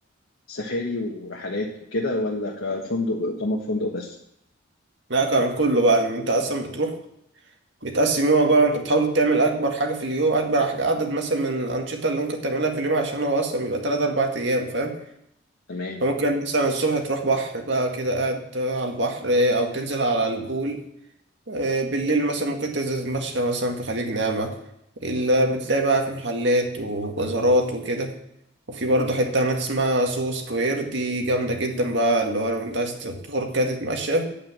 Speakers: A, on the left; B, on the right.
A: كسفاري ورحلات وكده ولا كفندق اقامة في فندق بس
B: لا كان كله بقى إن أنت أصلا بتروح بتقسم يومك بقى وأنت بتحاول تعمل أكبر حاجة في اليوم أكبر حاجة عدد مثلا من الأنشطة اللي ممكن تعملها في اليوم عشان هو أصلا بيبقى تلات أربع أيام فاهم؟
A: تمام
B: فممكن مثلا الصبح تروح بحر بقى كده قاعد على البحر أو تنزل على البول آه، بالليل مثلا ممكن تنزل تتمشى مثلا في خليج نعمة اللي بتلاقي بقى في محلات وبازارات وكده وفي برضه حتة هناك اسمها سو سكوير دي جامدة جدا بقى اللي هو لو انت عايز تخرج كده تتمشى